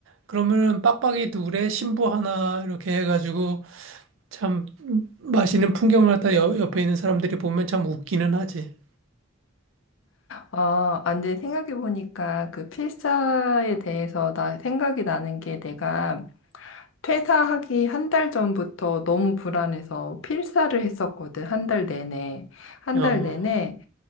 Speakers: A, on the right; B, on the left.
A: 그러면은 빡빡이 둘에 신부 하나 이렇게 해가지고, 참, 맛있는 풍경을 갖다 옆, 옆에 있는 사람들이 보면 참 웃기는 하지.
B: 아, 안 돼. 생각해보니까 그 필사에 대해서 나 생각이 나는 게 내가 퇴사하기 한 달 전부터 너무 불안해서 필사를 했었거든, 한 달 내내. 한
A: 어,
B: 달 내내